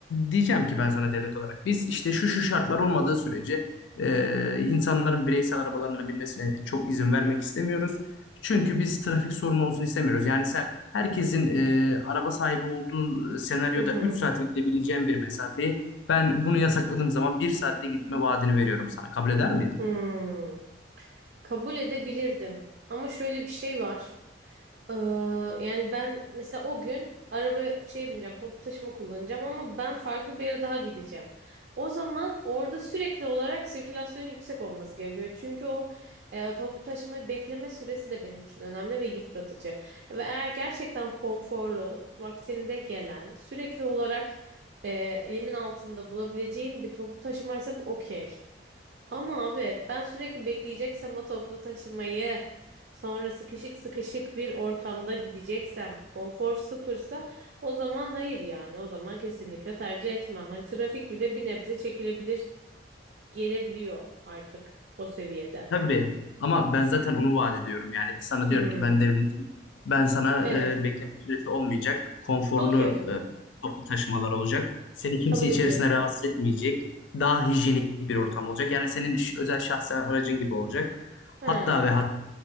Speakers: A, on the left; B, on the right.
A: Diyeceğim ki ben sana devlet olarak biz işte şu şu şartlar olmadığı sürece ee, insanların bireysel arabalarına binmesine çok izin vermek istemiyoruz. Çünkü biz trafik sorunu olsun istemiyoruz. Yani sen herkesin e, araba sahibi olduğu senaryoda
B: Hı hı.
A: 3 saate gidebileceğin bir mesafeyi ben bunu yasakladığım zaman bir saatte gitme vaadini veriyorum sana. Kabul eder miydin?
B: Hı. Kabul edebilirdim. Ama şöyle bir şey var. Ee, yani ben mesela o gün araba şey bineceğim, toplu taşıma kullanacağım ama ben farklı bir yere daha gideceğim. O zaman orada sürekli olarak sirkülasyon yüksek olması gerekiyor. Çünkü o e, toplu taşımayı bekleme süresi de benim için önemli ve yıpratıcı. Ve eğer gerçekten konforlu, vaktinde gelen, sürekli olarak e, elimin altında bulabileceğim bir toplu taşımaysa bu okey. Ama abi ben sürekli bekleyeceksem o toplu taşımayı sonra sıkışık sıkışık bir ortamda gideceksem konfor sıfırsa o zaman hayır yani o zaman kesinlikle tercih etmem. Hani trafik bile bir nebze çekilebilir gelebiliyor artık o seviyede.
A: Tabii ama ben zaten onu vaat ediyorum. Yani sana
B: Hmm.
A: diyorum ki ben devletim. Ben sana
B: Evet.
A: e, bekleme süresi olmayacak. Konforlu
B: Okey o zaman.
A: e, toplu taşımalar olacak. Seni kimse
B: Kabul
A: içerisine
B: ediyorum.
A: rahatsız etmeyecek. Daha hijyenik bir ortam olacak. Yani senin ş- özel şahsen aracın gibi olacak.
B: Ha.
A: Hatta ve hatta